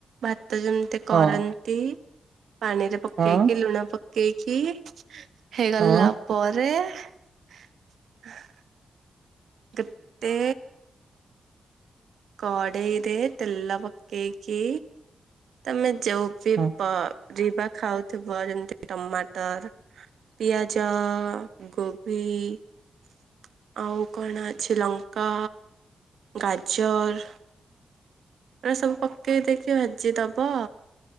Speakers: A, on the right; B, on the right.
A: ଭାତ ଯେମିତି କରନ୍ତି।
B: ହଁ।
A: ପାଣିରେ ପକେଇକି
B: ହଁ
A: ଲୁଣ ପକେଇକି ହେଇଗଲା
B: ହଁ
A: ପରେ <inaudible> ତୁପତେ କଡ଼େଇରେ ତେଲ ପକେଇକି ତମେ ଚଉକିପ।
B: ହଁ
A: ରିବା ଖାଉଥିବ ଯେମିତି ଟମାଟର, ପିଆଜ, ଗୋବି <inaudible> ଆଉ କଣ ଅଛି ଲଙ୍କା, ଗାଜର ଏଟା ସବୁ ପକେଇ ଦେଇକି ଭାଜି ଦବ।